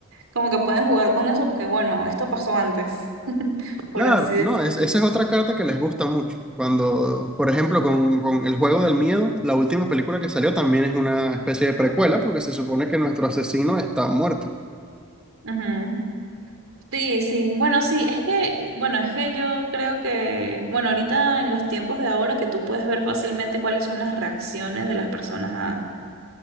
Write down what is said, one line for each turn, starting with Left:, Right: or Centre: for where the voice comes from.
Right: Como que pueden jugar con eso porque, bueno, esto pasó antes, <laughs> por
Centre: Claro,
Right: así decirlo.
Centre: no, es- esa es otra carta que les gusta mucho. Cuando, por ejemplo, con, con El Juego del Miedo, la última película que salió también es una especie de precuela, porque se supone que nuestro asesino está muerto.
Right: Ujú. Sí, sí, bueno, sí, es que, bueno, es que yo creo que, bueno, ahorita en los tiempos de ahora que tú puedes ver fácilmente cuáles son las reacciones de las personas a,